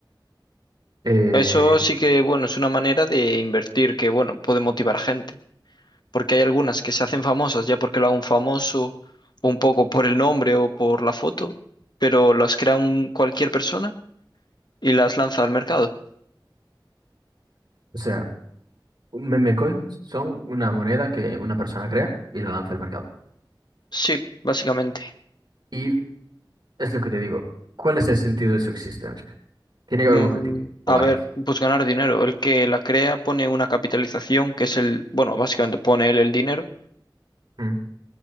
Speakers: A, on the right; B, on the left.
A: Eh,
B: Eso sí que, bueno, es una manera de invertir que, bueno, puede motivar a gente, porque hay algunas que se hacen famosas ya porque lo haga un famoso, un poco por el nombre o por la foto, pero las crea un, cualquier persona y las lanza al mercado.
A: o sea, un meme coins son una moneda que una persona crea y la lanza al mercado.
B: Sí, básicamente.
A: Y es lo que te digo. ¿Cuál es el sentido de su existencia? Tiene que haber
B: Mm,
A: un objetivo, o
B: a
A: varios.
B: ver, pues ganar dinero. El que la crea pone una capitalización que es el, bueno, básicamente pone él el dinero
A: ¿Mm?